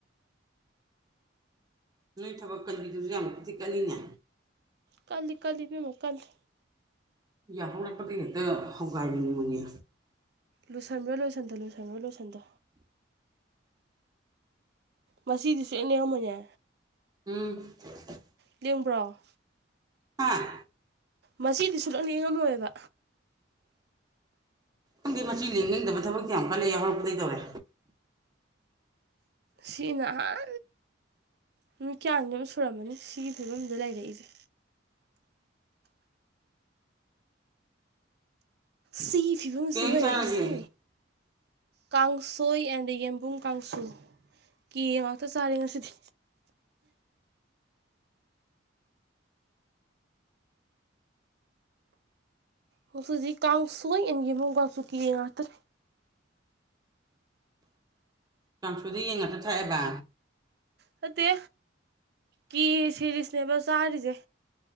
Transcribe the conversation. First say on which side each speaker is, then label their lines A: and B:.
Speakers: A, on the right; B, on the right.
A: ꯅꯣꯏ ꯊꯕꯛ ꯀꯟꯒꯤꯗꯨꯁꯨ ꯌꯥꯝꯅ ꯀꯤꯊꯤꯛ ꯀꯠꯂꯤꯅꯦ
B: ꯀꯜꯂꯤ ꯀꯜꯂꯤ ꯄꯦꯝꯃꯣ ꯀꯜꯂꯤ
A: ꯌꯥꯍꯜꯂꯛꯄꯗ ꯍꯦꯛꯇ ꯍꯧꯒꯥꯏꯅꯤꯡꯅꯤꯡꯕꯅꯦ
B: ꯂꯣꯏꯁꯤꯟ꯭ꯔꯣ ꯂꯣꯏꯁꯤꯟꯗ ꯂꯣꯏꯁꯤꯟꯕꯣ ꯂꯣꯏꯁꯤꯟꯗꯣ ꯃꯁꯤꯗꯤꯁꯨ ꯑꯩꯅ ꯌꯥꯝꯃꯉꯦ
A: ꯎꯝ <inaudible>
B: ꯂꯦꯝꯕ꯭ꯔꯣ
A: ꯍꯥꯥ
B: ꯃꯁꯤꯗꯤ ꯁꯨꯂꯞ ꯌꯦꯡꯉꯝꯃꯣꯏꯑꯕ
A: ꯈꯪꯗꯤ ꯃꯁꯤ ꯂꯦꯡꯅꯤꯡꯗꯕ ꯊꯕ ꯀꯌꯥꯨꯛꯀ ꯂꯩꯦ ꯍꯧꯔꯛꯄꯗꯩ ꯇꯧꯔꯦ
B: ꯁꯤꯅꯍꯜ ꯅꯨꯃꯤ ꯀꯌꯥꯅꯤ ꯑꯗꯨꯝ ꯁꯨꯔꯝꯃꯅꯤ ꯁꯤꯒꯤ ꯐꯤꯕꯝꯗ ꯂꯩꯔꯛꯏꯁꯦ ꯁꯤꯒꯤ ꯐꯤꯕꯝꯁꯤꯗ
A: ꯀꯩ ꯏꯟꯖꯥꯡ
B: ꯂꯩꯔꯛꯏꯁꯦ
A: ꯆꯥꯔꯒꯦ
B: ꯀꯥꯡꯁꯣꯏ ꯑꯦꯟ ꯗ ꯌꯦꯟꯕꯨꯝ ꯀꯥꯡꯁꯨ ꯀꯦ ꯉꯥꯛꯇ ꯆꯥꯔꯦ ꯉꯁꯤꯗꯤ ꯍꯧꯁꯤꯖꯤ ꯀ ꯀꯥꯡ ꯁ ꯃꯨꯒꯁꯨꯨꯀꯤ ꯉꯇ
A: ꯀꯥꯡꯁꯨꯗ ꯌꯦꯡꯉꯇ ꯊꯥꯏꯑꯦꯕ
B: ꯐꯠꯇꯦ ꯀꯦ ꯁꯦꯔꯤꯁꯅꯦꯕ ꯆꯥꯔꯤꯁꯦ